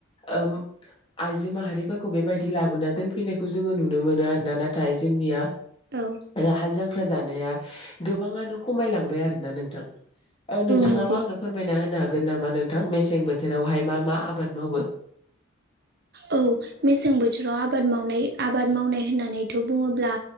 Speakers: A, on the left; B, on the right.
A: ओम आइजो माहारि फोरखौ बेबायदि लाबोना दोनफैनायखौ जोंङो नुनो मोनो आरोना नाथाय जोंनिया
B: औ
A: ओ हाल जांख्रा जानाया गोबाङानो खमायलांबाय आरोना नोंथां। ओ नोंथाङाबो
B: नंगौ
A: आंनो फोरमायना होनो हा गोन नामा नोंथां मेसें बोथोरावहाय मा मा आबाद मावो?
B: औ मेसें बोथोराव आबाद मावनाय आबाद मावनाय होननानैथ' बुङोब्ला